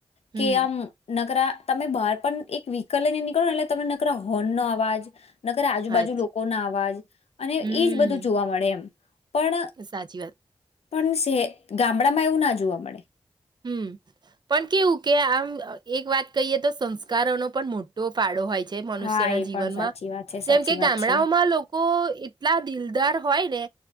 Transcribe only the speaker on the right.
હમ
હાચ
હમ
સાચી વાત
હમ્મ પણ કેવું કે આમ એક વાત કહીએ તો સંસ્કારોનો પણ મોટો ફાળો હોય મનુષ્યના
જીવનમાં,
જેમ
કે
ગામડાઓમાં
લોકો એટલા દિલદાર હોય ને